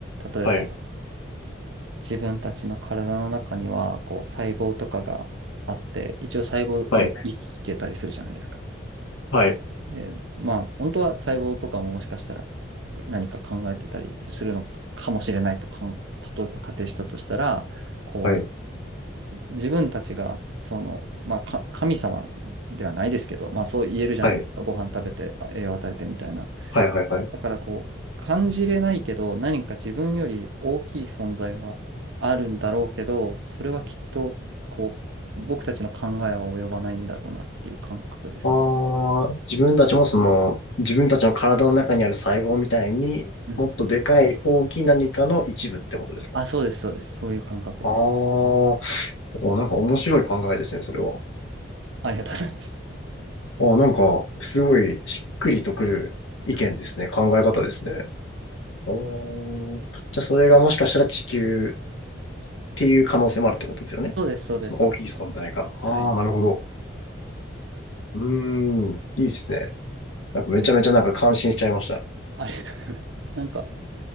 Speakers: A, on the right; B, on the left.
A: 例えば、
B: はい、
A: 自分たちの体の中には、こう、細胞とかがあって、一応細胞も生きてたりするじゃないですか。
B: はい、はい、
A: で、まあ、本当は細胞とかももしかしたら何か考えてたりするのかもしれないとかん、例えば仮定したとしたら、こう、
B: はい、
A: 自分たちが、その、まあ、か、神様ではないですけど、まあ、そう言えるじゃないですか。
B: はい、
A: ご飯食べて、あ栄養与えてみたいな。
B: はい、はい、はい。
A: だから、こう、感じれないけど、何か自分より大きい存在はあるんだろうけど、それはきっと、こう、僕たちの考えは及ばないんだろうなっていう感覚ですね。
B: ああ、自分たちもその、自分たちの体の中にある細胞みたいにもっとでかい大きい何かの一部ってことですか
A: うん。あ、そうです、そうです。そういう感覚ですね。
B: ああー、おなんか面白い考えですね、それは。
A: ありがとうございます。
B: あ、なんか、すごいしっくりとくる意見ですね。考え方ですね。おーじゃあ、それがもしかしたら地球っていう可能性もあるってことですよね。
A: そうです、そうです。
B: その大きい存在が。ああ、
A: はい。
B: なるほど。うーん、いいですね。なんかめちゃめちゃなんか感心しちゃいました。
A: でも、ありがとうございます。なんか、